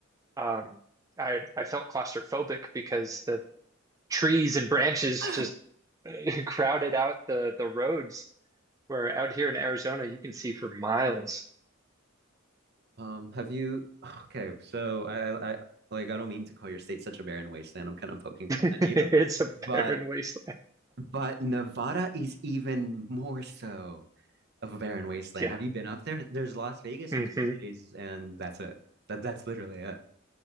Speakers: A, on the right (about 15°); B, on the right (about 55°).
A: um, I I felt claustrophobic because the trees and branches
B: <laughs>
A: just <laughs> crowded out the the roads. Where out here in Arizona, you can see for miles.
B: Um, have you? <sighs> Okay, so I, I, like, I don't mean to call your state such a barren wasteland. I'm kind of poking fun
A: <laughs>
B: at
A: it's
B: you,
A: a
B: but,
A: barren wasteland.
B: but Nevada is even more so of a barren wasteland.
A: Yeah.
B: Have you been up there? There's Las Vegas
A: Mm-hmm.
B: and two cities, and that's it. That that's literally it.